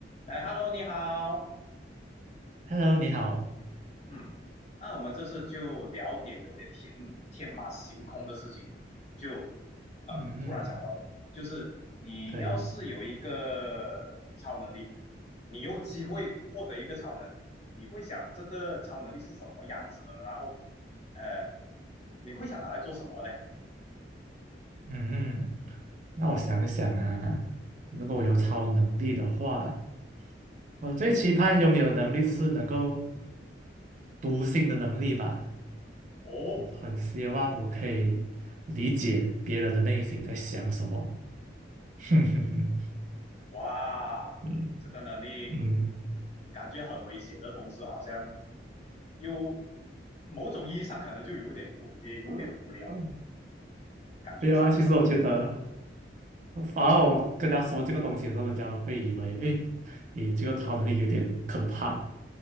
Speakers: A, on the left; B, on the right.
A: 来 h e l l o 你好。
B: Hello，你好。
A: 嗯，那我们这次就聊点有点天天马行空的事情嘛，就嗯，
B: 嗯，
A: 突然想到的，就是你要是有一个超能力，
B: 可以。
A: 你有机会获得一个超能力，你会想这个超能力是什么样子的呢然后，呃，你会想拿来做什么呢？
B: 嗯，那我想想啊，如果我有超能力的话，我最期盼拥有的能力就是能够读心的能力吧。
A: 哦，
B: 我很希望我可以理解别人的内心在想什么。<laughs> 哼哼哼，
A: 哇，
B: 嗯
A: 这个能力
B: 嗯。
A: 感觉很危险的同时，好像又某种意义上可能就有点无，也有点无聊，
B: 嗯嗯，
A: 感觉上了。
B: 没有啊。其实我觉得，反而我跟他说这个东西的时候，人家会以为，哎，你这个超能力有点可怕，